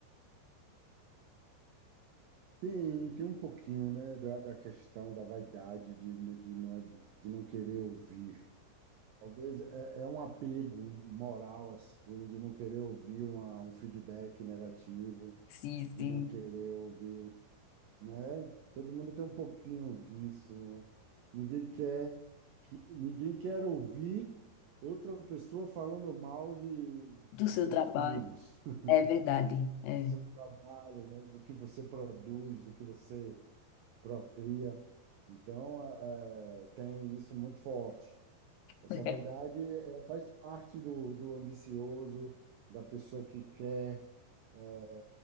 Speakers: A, on the right; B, on the left.
A: Tem, tem um pouquinho, né, da, da questão da vaidade de, de, não, de não querer ouvir. Talvez é, é um apego moral, assim, de não querer ouvir uma, um feedback negativo,
B: Sim,
A: de
B: sim.
A: não querer ouvir né? Todo mundo tem um pouquinho disso, né? Ninguém quer que, ninguém quer ouvir outra pessoa falando mal de,
B: Do
A: de
B: seu
A: seus
B: trabalho.
A: filhos,
B: É verdade.
A: <laughs>
B: É.
A: do seu trabalho, né? Do que você produz, do que você procria. Então, eh, tem isso muito forte. Essa
B: <laughs>
A: vaidade eh, faz parte do, do ambicioso, da pessoa que quer é,